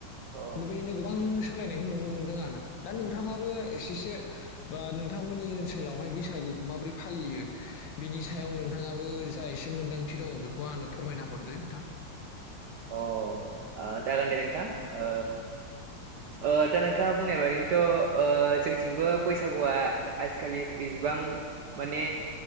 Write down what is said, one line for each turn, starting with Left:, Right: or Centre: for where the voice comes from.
Right: अ
Left: बेबायदिनो गोबां सोलायनायखौ नुनो मोनदों आरो। दा नोंथाङाबो एसेसो बा नोंथांमोननि ओनसोलावहाय बै- बैसागुखौ माबोरै फालियो? बिनि सायाव नोंथाङाबो जा एसे मोनदांथि दङ बेखौ आंनो फोरमायना हरदो नोंथां।
Right: अ जागोन दे नोंथां। ओ ओ दा नोंथाङा बुंनाय बादिनोथ' ओ जोंथिंबो बैसागुआ आजिखालि इसिबां माने